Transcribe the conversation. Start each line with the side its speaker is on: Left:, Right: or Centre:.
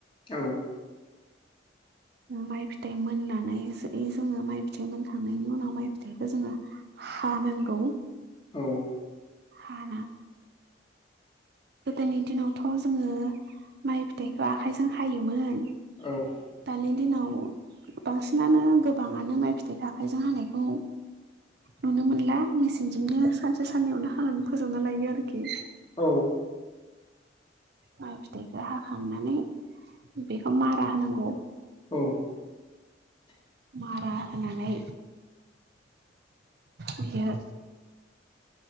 Left: औ
Right: माइ फिथाइ मोननानै जोङो माइ फिथाइ मोनखांनायनि उनाव माइ फिथाइखौ जोङो। हानांगौ।
Left: औ।
Right: हाना। गोदोनि दिनावथ' जोङो माइ फिथाइखौ आखाइजों हायोमोन
Left: औ
Right: दानि दिनाव बांसिनानो गोबाङानो माइ फिथाइ आखाइजों हानायखौ। नुनो मोनला मेसिनजोंनो सानसे साननैयावनो हानानै फोजोबना लायो आरोखि।
Left: औ।
Right: माइ फिथायखौ हाखांनानै बेखौ मारा होनांगौ।
Left: औ।
Right: मारा होनानै बियो